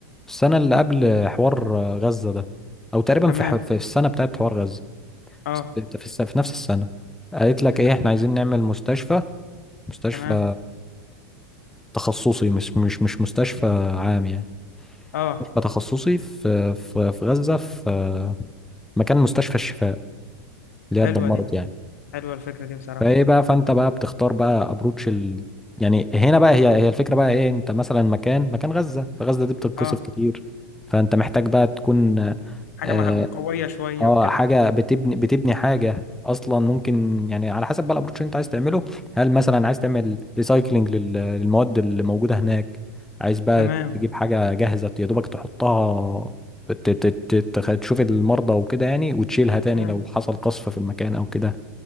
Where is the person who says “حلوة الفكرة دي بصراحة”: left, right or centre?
Left